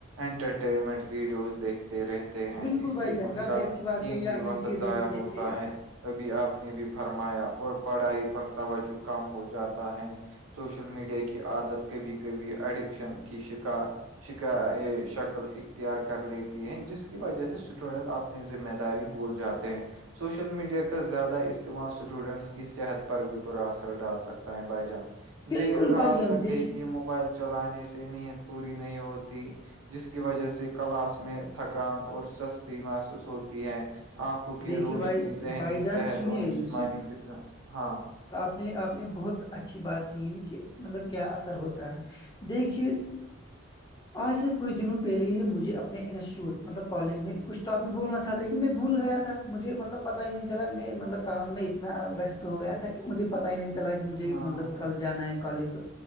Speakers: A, on the right; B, on the left.
A: انٹرٹینمنٹ ویڈیوز دیکھتے رہتے ہیں
B: بالکل
A: اس
B: بھائی
A: سے
B: جان
A: ان
B: کافی
A: کا
B: اچھی بات
A: قیمتی
B: کہی ہے آپ نے
A: وقت
B: کہ
A: ضائع
B: ریلز دیکھتے
A: ہوتا
B: ہیں
A: ہے ابھی آپ نے بھی فرمایا اور پڑھائی پر توجہ کم ہو جاتا ہے سوشل میڈیا کی عادت کبھی کبھی ایڈکشن کی شکار شکا یہ شکل اختیار کر لیتی ہے جس کی وجہ سے اسٹوڈنس اپنی ذمہ داری بھول جاتے ہیں سوشل میڈیا کا زیادہ استعمال اسٹوڈنٹس کی صحت پر بھی برا اثر ڈال سکتا ہے بائی جان
B: بالکل
A: دیر رات
B: بھائی جان
A: تک دیکھیے موبائل چلانے سے نیند پوری نہیں ہوتی جس کی وجہ سے کلاش میں تھکان اور سستی محسوس ہوتی ہے آنکھوں کی
B: دیکھیے
A: روشنی
B: بھائی
A: ذہنی
B: بھائی جان
A: صحت
B: سنیے
A: اور جسمانی فٹ ہاں
B: اپنے آپ نے بہت اچھی بات کی ہے کہ مطلب کیا اثر ہوتا ہے دیکھیے آج سے کچھ دنوں پہلے ہی مجھے اپنے انسٹیوٹ مطلب کالج میں کچھٹاپک بولنا تھا لیکن میں بھول گیا تھا مجھے مطلب پتا ہی نہیں چلا میں مطلب کام میں اتنا وست ہو گیا تھا مجھے پتا ہی نہیں چلا کہ مجھے
A: ہاں
B: مطلب
A: بھائی
B: کل جانا ہے کالج